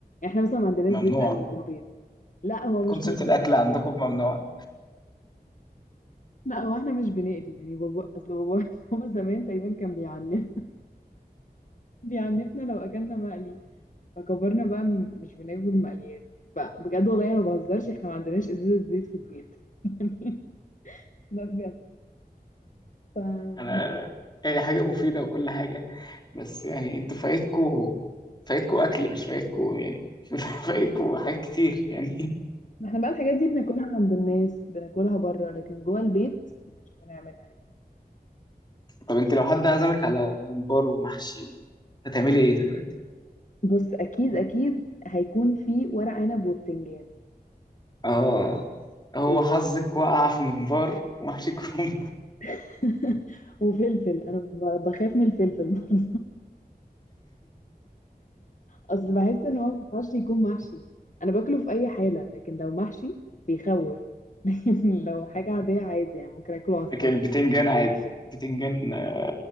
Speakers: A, on the left (about 50°); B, on the left (about 25°).
A: احنا مثلا ما عندناش
B: ممنوع
A: زيت قلي في البيت لا هو مش
B: كونسبت
A: متبل
B: الاكل عندكم ممنوع
A: لا هو احنا مش بنقلي يعني بابا اصل بابا <laughs> بابا زمان تقريبا كان بيعنف بيعنفنا لو اكلنا مقلي فكبرنا بقى م- مش بناكل مقليات بقى بجد والله انا ما بهزرش احنا ما عندناش ازازه زيت في البيت <laughs> ده بجد ف
B: انا هي حاجه مفيده وكل حاجه بس يعني انتوا فايتكوا فايتكوا اكل مش فايتكوا يعني <laughs> فايتكوا حاجات كتير يعني
A: ما احنا بقى الحاجات دي بناكلها عند الناس بناكلها بره لكن جوه البيت مش بنعملها يعني
B: طب انت لو حد عزمك على ممبار ومحشي هتعملي ايه دلوقتي
A: بص اكيد اكيد هيكون في ورق عنب وبتنجان
B: اه هو
A: لا.
B: حظك وقع في ممبار ومحشي كروم <laughs>
A: <laughs> وفلفل انا ب- بخاف من الفلفل <laughs> اصل بحس ان هو ما ينفعش يكون محشي انا باكله في اي حاله لكن لو محشي بيخوف <laughs> لكن لو حاجه عاديه عادي يعني ممكن اكله على السلطه
B: لكن البتنجان عادي البتنجان آه،